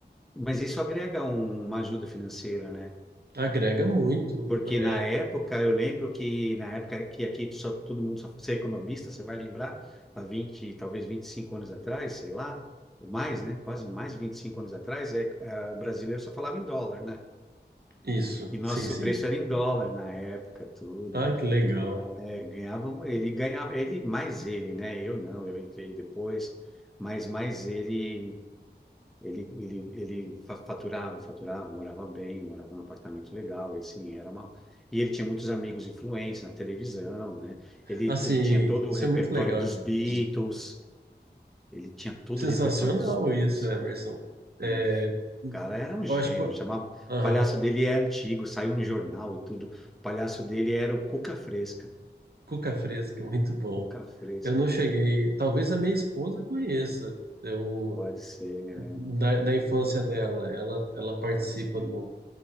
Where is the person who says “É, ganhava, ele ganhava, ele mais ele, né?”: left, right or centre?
Centre